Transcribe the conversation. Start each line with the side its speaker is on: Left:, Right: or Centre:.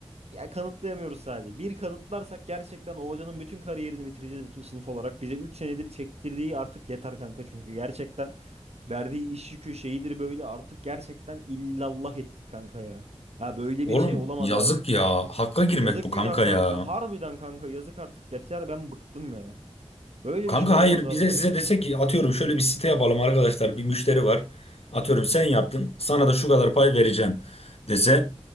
Right: Ya kanıtlayamıyoruz sadece. Bir kanıtlarsak gerçekten o hocanın bütün kariyerini bitireceğiz bütün sınıf olarak. Bize 3 senedir çektirdiği artık yeter kanka çünkü gerçekten verdiği iş yükü şeyidir böyle artık gerçekten illallah ettik kanka ya. Ha böyle
Left: Oğlum
Right: bir şey olamaz
Left: yazık
Right: abi.
Left: ya. Hakka girmek
Right: Yazık
Left: bu kanka
Right: günah kanka.
Left: ya.
Right: Harbiden kanka yazık artık yeter ben bıktım ya. Böyle
Left: Kanka
Right: bir şey olamaz
Left: hayır
Right: abi
Left: bize
Right: ya.
Left: size dese ki atıyorum şöyle bir site yapalım arkadaşlar bir müşteri var. Atıyorum sen yaptın sana da şu kadar pay vereceğim dese.